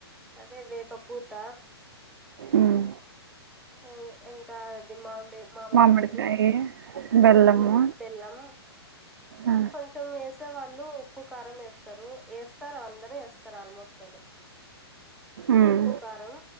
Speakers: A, in the centre; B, on the right.
A: అదే వేపపూత
B: ఉమ్
A: ఒ ఇంకా అది మామ్డి. మామిడికాయలు,
B: మామిడికాయి బెల్లము
A: ఉ బెల్లం
B: ఆ
A: కొంచం ఏసేవాల్ ళ్ళు ఉప్పు, కారం ఏస్తారు, ఏస్తారు అవి అందర్ ఏస్తారు ఆల్మోస్ట్ ఆళ్ళు.
B: ఉమ్
A: ఉప్పు, కారం,